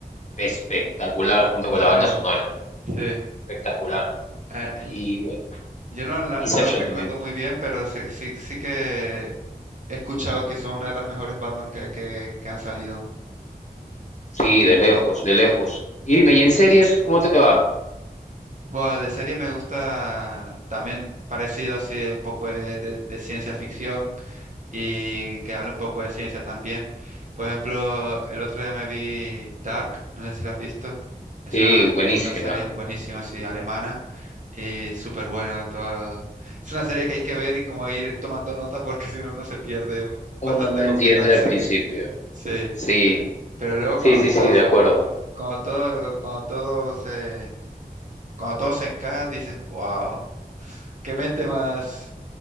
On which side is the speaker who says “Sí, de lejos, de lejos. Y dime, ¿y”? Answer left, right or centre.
Left